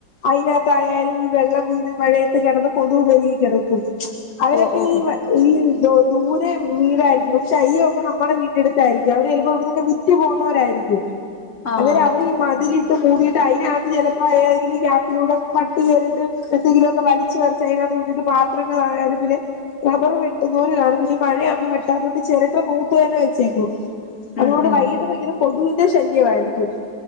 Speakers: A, on the left (about 70°); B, on the left (about 40°).
A: അതിനകത്തായാലും ഈ വെള്ളം ഇങ്ങനെ മഴയത്ത് കെടന്ന് കൊതുകു പെരികി കിടക്കും. അവരൊക്കെ
B: ഓ ഓ
A: ഈ
B: ഓ
A: ഈ ദൂരെ വീടായിരിക്കും പക്ഷെ അയ്യം ഒക്കെ നമ്മുടെ വീടിന്റെ അടുത്തായിരിക്കും. അവര്ചിലപ്പോ ഇവിടന്നൊക്കെ വിറ്റു പോകുന്നവരായിരിക്കും.
B: ആഹ്
A: അന്നേരം അവര് മതിലിട്ട് മൂടിയിട്ട് അതിനകത്ത് ചെലപ്പോ ഏതെങ്കിലും ഗ്യാപ്പിലൂടെ പട്ടി കേറിട്ട് എന്തെങ്കിലുയൊക്കെ വലിച്ച് പറിച്ച് അതിനകത്ത് കൊണ്ടിട്ട് പത്രങ്ങളായാലും പിന്നെ റബ്ബർ വെട്ടുന്നോര് കാണും. പക്ഷെ മഴയാവുമ്പം വെട്ടാതുകൊണ്ട് ചിരട്ട നൂത്തു തന്നെ വെച്ചേക്കും. അതുകൊണ്ട്
B: ഉം ഉം
A: വൈകിട്ട് ഭയങ്കര കൊതുവിന്റെ ശല്യമായിരിക്കും